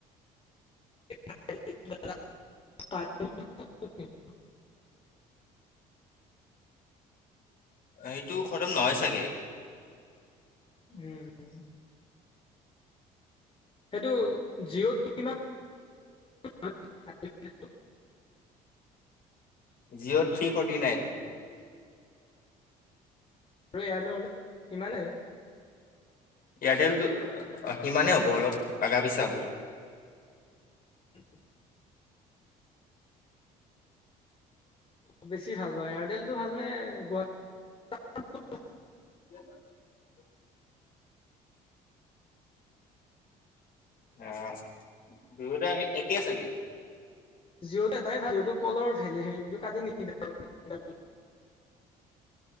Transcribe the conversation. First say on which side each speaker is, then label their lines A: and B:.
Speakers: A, on the left; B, on the left.
A: <unintelligible> <inaudible>
B: এইটো খতম নহয় চাগে।
A: উম। সেইটো জিঅ'ত কিমান। <unintelligible> <inaudible>
B: জিঅ' থ্ৰী ফৰ্টি নাইন <unintelligible>
A: আৰু ইয়াৰ লগ সমানেই <unintelligible>
B: এয়াৰটেলটো সিমানেই। <unintelligible>
A: । <unintelligible> <inaudible> বেছি ভাল পাওঁ এয়াৰটেলটো ভালনে গুৱাহাট। <unintelligible>
B: । <inaudible> অ দুইটা একেই চাগে <unintelligible>
A: যিঅত তটাই ভ যিহতটো কলৰ হেৰিটো কাটি নেকি ত। <unintelligible> <inaudible>